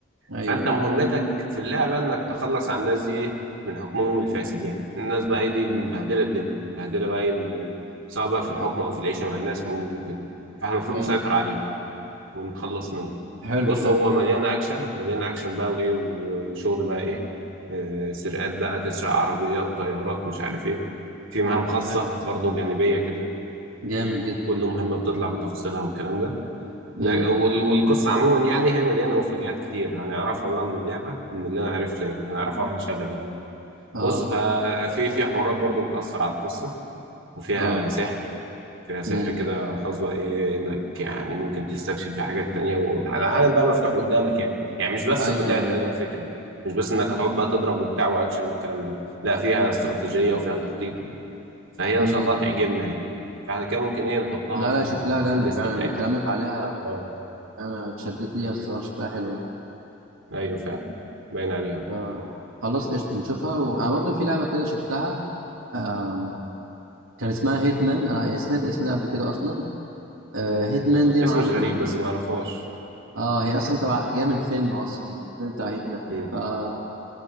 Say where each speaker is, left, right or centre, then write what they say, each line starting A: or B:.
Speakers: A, on the right; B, on the right.
A: ايوه
B: فانت
A: ايوه
B: مهمتك في اللعبه انك تخلص على الناس دي ايه من حكمهم الفاسد يعني الناس بقى ايه دي مبهدله
A: اه
B: الدنيا مبهدله بقى ايه ال- سواء بقى في الحكم او في العيشه مع الناس عموما وكده فاحنا المفروض
A: اه
B: نسيطر عليهم ونتخلص منه
A: حلو
B: بص
A: حلو
B: هو مليان اكشن مليان اكشن بقى وايه و- وشغل بقى ايه آه، سرقات بقى تسرق عربيات طيارات مش عارف ايه في مهام
A: طب
B: خاصة
A: جامد
B: برضو جانبية كده
A: جامد جدا
B: كل مهمة بتطلع بتفاصيلها والكلام ده لا-
A: امم
B: وال- والقصة عموما يعني هي مليانة مفاجآت كتير هنعرفها بقى من اللعبة من اللي أنا عرفته يعني هنعرفها واحنا شغالين
A: اه
B: بص ففي في حوارات برضو بتأثر على القصة وفيها
A: اه
B: سحر فيها سحر
A: امم
B: كده خاص بقى ايه انك يعني ممكن تستكشف في حاجات تانية والعالم بقى مفتوح قدامك يعني يعني مش بس
A: ايوه
B: قتال
A: ايوه
B: هي دي الفكرة مش بس انك هتقعد بقى تضرب وبتاع واكشن والكلام ده لا فيها استراتيجية وفيها تخطيط و... فهي
A: امم
B: ان شاء الله تعجبنا يعني فاحنا كده ممكن ايه نحطها
A: لا
B: في
A: لا
B: ال...
A: شكلها جامد
B: في الليستة
A: فعلا
B: بتاعتنا
A: كلامك عليها
B: اه
A: انا اتشددت ليها الصراحة شكلها حلو يعني.
B: ايوه فعلا باين عليها
A: آه خلاص قشطة نشوفها وأنا برضو في لعبة كده شفتها آه كان اسمها هيتمان أنا سمعت الاسم ده قبل كده أصلا آه هيتمان
B: الاسم
A: دي يا معلم
B: مش غريب بس ما اعرفهاش
A: آه هي أصلا تبع جاية من فيلم أصلا الفيلم بتاع هيتمان
B: امم
A: فاللعبة